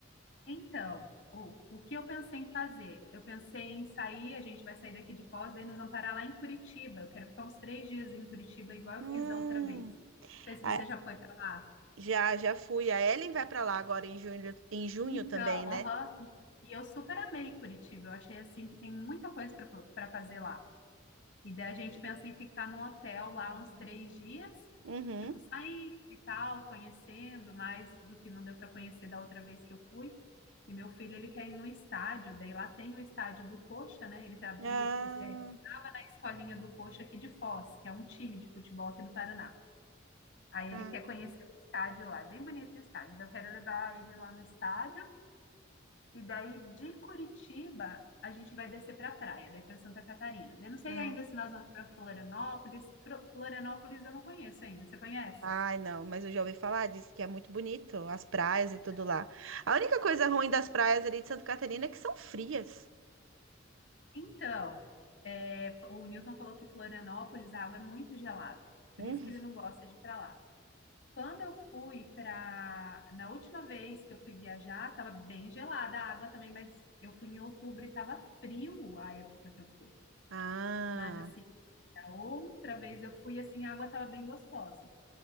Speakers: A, on the left; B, on the right.
A: Então, o, o que eu pensei em fazer? Eu pensei em sair, a gente vai sair daqui de Foz, daí nós vamos parar lá em Curitiba. Eu quero ficar uns três dias em Curitiba, igual
B: Hum.
A: eu fiz da outra vez. Não sei se
B: Ah,
A: você já foi para lá.
B: já, já fui. A Ellen vai pra lá agora em junho, em junho
A: Então,
B: também, né?
A: aham. E, e eu super amei Curitiba. Eu achei assim que tem muita coisa para para fazer lá. E daí a gente pensa em ficar num hotel lá uns três dias,
B: Uhum.
A: tipo, saindo e tal, conhecendo mais do que não deu para conhecer da outra vez que eu fui. E meu filho, ele quer ir no estádio, daí lá tem o estádio do Coxa, né? Ele, tra-
B: Ah,
A: ele é, estava na escolinha do Coxa aqui de Foz, que é um time de futebol aqui do Paraná. Aí
B: ah,
A: ele quer conhecer o estádio lá, bem bonito o estádio. Daí eu quero levar ele lá no estádio e daí de Curitiba a gente vai descer para a praia, daí para Santa Catarina. Eu não sei
B: ah.
A: ainda se nós vamos para Florianópolis. Fro- Florianópolis eu não conheço ainda. Você conhece?
B: Ai, não, mas eu já ouvi falar, disse que é muito bonito, as praias
A: Então,
B: e tudo lá. A única coisa ruim das praias ali de Santa Catarina é que são frias.
A: então, é, o Newton falou que Florianópolis a água é muito gelada, por
B: Hum.
A: isso que ele não gosta de ir para lá. Quando eu fui para, na última vez que eu fui viajar, estava bem gelada a água também, mas eu fui em outubro e estava frio a época que eu fui.
B: Ah,
A: Mas assim, da outra vez eu fui assim, a água estava bem gostosa.